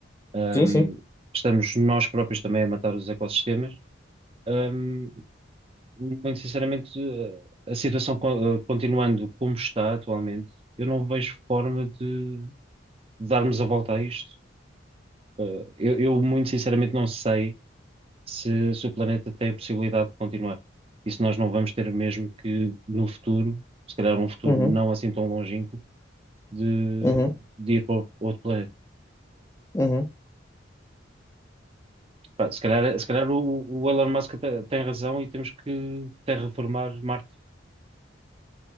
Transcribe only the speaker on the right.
hum,
estamos nós próprios também a matar os ecossistemas. Hum, muito sinceramente, eh, a situação co- eh, continuando como está atualmente, eu não vejo forma de darmos a volta a isto. Uh, eu, eu, muito sinceramente, não sei se, se o planeta tem a possibilidade de continuar. E se nós não vamos ter mesmo que, no futuro, se calhar um futuro
não assim tão longínquo, de,
de ir para outro planeta.
Pá, se calhar, se calhar o, o Elon Musk te- tem razão e temos que terraformar Marte.